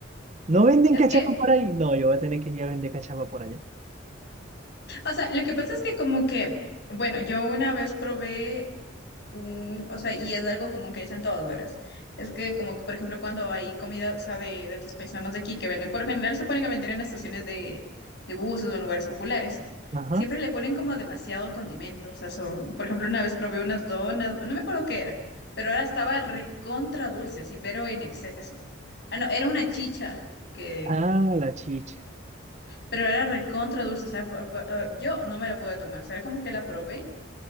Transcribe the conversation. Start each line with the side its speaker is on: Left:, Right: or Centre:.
Right: ¿No venden
Left: Es
Right: cachapa
Left: que,
Right: por ahí? No, yo voy a tener que ir a vender cachapa por allá.
Left: o sea, lo que pasa es que como que, bueno, yo una vez probé un, o sea, y es algo como que dicen todos, ¿verdad? Es que como que, por ejemplo, cuando hay comida, o sea, de, de tus paisanos de aquí que venden, por lo general se ponen a vender en estaciones de, de buses o en lugares populares.
Right: Ajá.
Left: Siempre le ponen como demasiado condimento, o sea, son, por ejemplo, una vez probé unas donas, no me acuerdo qué era, pero ahora estaba recontra dulce, así, pero en exceso. Ah, no, era una chicha que,
Right: Ah, la chicha.
Left: pero era recontra dulce, o sea, fue- fue- eh, yo no me la pude tomar, o sea, era como que la probé